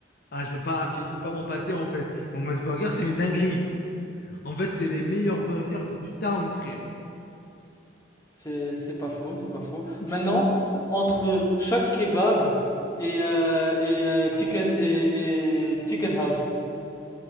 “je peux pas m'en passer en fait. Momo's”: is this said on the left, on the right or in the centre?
Left